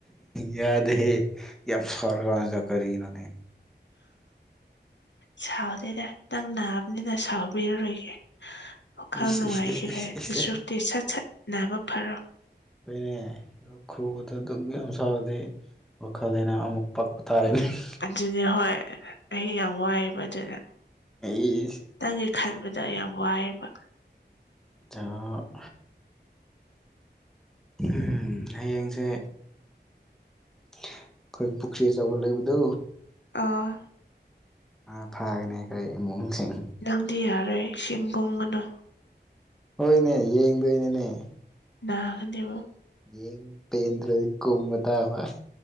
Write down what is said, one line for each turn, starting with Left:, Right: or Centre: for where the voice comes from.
Centre: ꯌꯥꯗꯦꯍꯦ ꯌꯥꯝ ꯁꯧꯔꯒ ꯍꯥꯏ ꯀꯔꯤꯅꯣꯅꯦ
Left: ꯁꯥꯎꯗꯦꯅꯦ ꯅꯪ ꯅꯥꯕꯅꯤꯅ ꯁꯥꯎꯕꯤꯔꯔꯣꯏꯒꯦ ꯫ ꯋꯥꯈꯜ
Centre: ꯏꯁ
Left: ꯅꯨꯡꯉꯥꯏꯈꯤꯔꯣꯚ
Centre: ꯏꯁ ꯏꯁ ꯏꯁ
Left: ꯑꯗꯨꯁꯨꯨꯛꯇꯤ
Centre: ꯏꯁ
Left: ꯁꯠ ꯁꯠꯅꯥꯕ ꯐꯔꯣ ꯫
Centre: ꯍꯣꯏꯅꯦ ꯂꯣꯛ ꯈꯨꯕꯗ ꯑꯗꯨꯛ ꯌꯥꯝ ꯁꯥꯕꯗꯤ ꯋꯥꯈꯜ ꯂꯥꯏꯅ ꯑꯃꯨꯛ ꯄꯛꯄ ꯇꯥꯔꯦꯅꯦ ꯫
Left: ꯑꯗꯨꯅꯦ ꯍꯣꯏ ꯑꯩ ꯌꯥꯝ ꯋꯥꯏꯑꯦꯕ ꯑꯗꯨꯅꯦ ꯫
Centre: ꯏꯁ
Left: ꯅꯪꯒꯤ ꯈꯟꯕꯗ ꯑꯩ ꯌꯥꯝ ꯋꯥꯏꯑꯦꯕ ꯫
Centre: ꯆꯥꯎ ꯎꯝ ꯍꯌꯦꯡꯁꯦ ꯑꯩꯈꯣꯏ ꯄꯨꯈ꯭ꯔꯤ ꯆꯥꯎꯕ ꯂꯩꯕꯗꯣ
Left: ꯑꯥ
Centre: ꯉꯥ ꯐꯥꯒꯅꯤ ꯑꯩ ꯈꯣꯏ ꯏꯃꯨꯡꯁꯤꯡ
Left: ꯅꯪꯗꯤ ꯌꯥꯔꯣꯏ ꯏꯁꯤꯡꯀꯨꯝꯒꯅꯨ
Centre: ꯍꯣꯏꯅꯦ ꯌꯦꯡꯗꯣꯏꯅꯤꯅꯦ ꯫
Left: ꯅꯥꯒꯅꯤ ꯑꯃꯨꯛ
Centre: ꯌꯦꯡ ꯄꯦꯟꯗ꯭ꯔꯗꯤ ꯀꯨꯝ ꯇꯥꯕ ꯫